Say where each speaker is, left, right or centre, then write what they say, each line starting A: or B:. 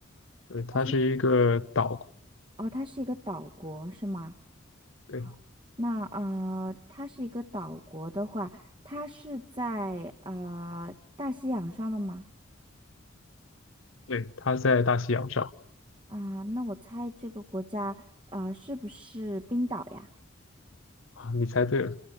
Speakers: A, on the left (about 75°); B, on the right (about 25°).
A: 对，它是一个岛，
B: 它是哦，它是一个岛国是吗？
A: 对
B: 好，那啊，它是一个岛国的话，它是在呃大西洋上的吗？
A: 对，它在大西洋上
B: 啊，那我猜这个国家啊，是不是冰岛呀？
A: 啊，你猜对了，